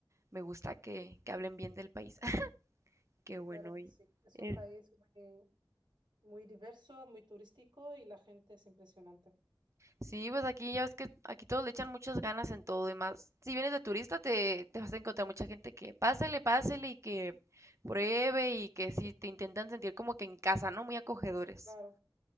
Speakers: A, on the right; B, on the right.
A: Me gusta que, que hablen bien del país. <laughs> Qué bueno.
B: Claro que
A: Y
B: sí. Es
A: es-
B: un país muy, muy diverso, muy turístico y la gente es impresionante.
A: sí, pues aquí ya ves que aquí todos le echan muchas ganas en todo y más. Si vienes de turista, te, te vas a encontrar mucha gente que pásele, pásele y que pruebe y que sí, te intentan sentir como que en casa, ¿no? Muy acogedores.
B: Claro.